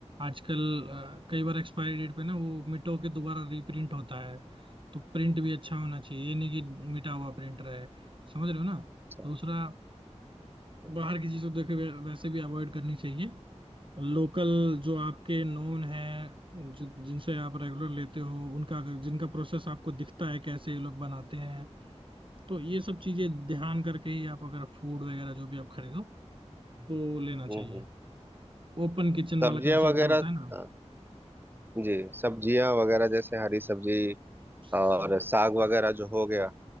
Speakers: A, on the right; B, on the right.
A: आजकल अ, कई बार एक्सपायरी डेट पे ना वो मिटो के दोबारा रीप्रिंट होता है तो प्रिंट भी अच्छा होना चाहिए ये नहीं कि मिटा हुआ प्रिंट रहे समझ रहे हो ना
B: अच्छा,
A: दूसरा
B: तो,
A: बाहर की चीजों देखे वैसे भी अवॉइड करनी चाहिए लोकल जो आपके नोन हैं जो जिनसे आप रेगुलर लेते हो उनका अगर- जिनका प्रोसेस आपको दिखता है कैसे ये लोग बनाते हैं तो ये सब चीजें ध्यान करके ही आप अगर फूड वगैरह जो भी आप खरीदो तो
B: हम्म
A: लेना चाहिए
B: हम्म
A: ओपन किचन
B: सब्जियां
A: वाला कंसेप्ट
B: वगैरह
A: जो होता है ना
B: हाँ, जी सब्जियां वगैरह जैसे हरी सब्जी
A: सब-
B: और साग वगैरह जो हो गया